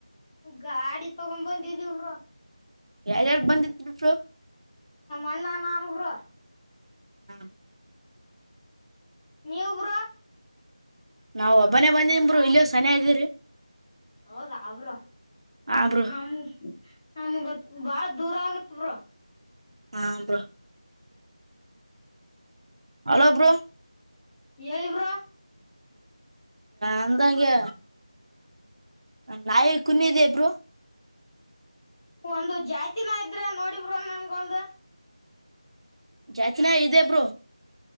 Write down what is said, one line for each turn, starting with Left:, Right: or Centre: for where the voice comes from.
Left: ಗಾಡಿ ತಗೊ್ ಬಂದಿದ್ದೀವ್ ಬ್ರೋ
Right: ಯಾರ್ಯಾರು ಬಂದಿದರಿ ಬ್ರೋ
Left: ಅಣ್ಣ ನಾನು ಬ್ರೋ
Right: ಹ
Left: ನೀವು ಬ್ರೋ
Right: ನಾವ್ ಒಬ್ಬನೇ ಬಂದೇನ್ರು ಇಲ್ಲಿಯ ಸನ ಇದ್ದೀರಿ
Left: ಹೌದ್ರ
Right: ಹಾ ಬ್ರೋ
Left: ನಮ ನಮಗ ಬ ದೂರ ಆಗತ್ ಬ್ರೊ
Right: ಹಾ ಬ್ರೊ ಹಲೋ ಬ್ರೋ
Left: ಹೇಳಿ ಬ್ರೊ
Right: ಅಂದಗೆ ನಾಯಿ ಕುನಿ ಇದೆ ಬ್ರೊ
Left: ಒಂದು ಜಾತಿ ನಾಯ್ ಇದ್ರೆ ನೋಡಿ ಬ್ರೊ ನನ್ಗೊಂದು.
Right: ಜಾತಿ ನಾಯಿ ಇದೇ ಬ್ರೊ